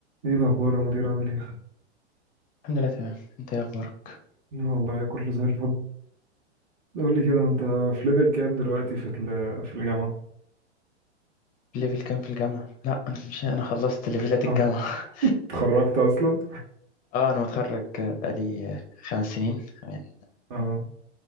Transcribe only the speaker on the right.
ايه الاخبار يا مدير عامل ايه
لا والله كله زي الفل قول لي كده انت في ليفل كام دلوقتي في ال- في الجامعه
اه اتخرجت اصلا
اه